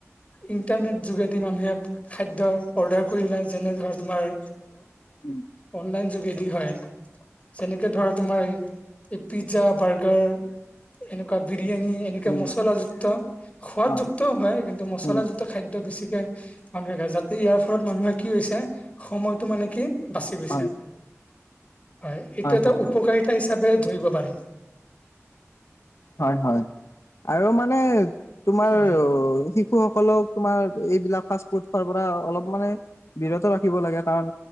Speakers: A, on the left; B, on the left.
A: ইণ্টাৰনেট যোগেদি মানুহে খাদ্য অৰ্ডাৰ কৰিলা যেনে ধৰা তোমাৰ
B: উম।
A: লাইন যোগেদি হয়, যেনেকে ধৰা তোমাৰ পিজা বাৰ্গাৰ, এনেকুৱা বি বিৰিয়ানী এনেকে
B: উম
A: মচলাযুক্ত সোৱাদযুক্তও
B: অ
A: হয় কিন্তু মচলাযুক্ত
B: উম
A: খাদ্য বেছিকে মানেহে <unintelligible> মানুহে যাতে ইয়াৰ ফলত মানুহে কি হৈছে সময়টো মানে কি বাচি গৈছে,
B: হয়
A: হয় এইটো এটা
B: হয়
A: উপকাৰিতা
B: হয়
A: হিচাপ যে ধৰিব পাৰে।
B: হয়, হয় আৰু মানে তোমাৰ
A: হয়
B: শি শিশুসকলক তোমাৰ এইবিলাক ফাষ্ট ফুড খোৱাৰ পৰা অলপ মানে বিৰত ৰাখিব লাগে কাৰণ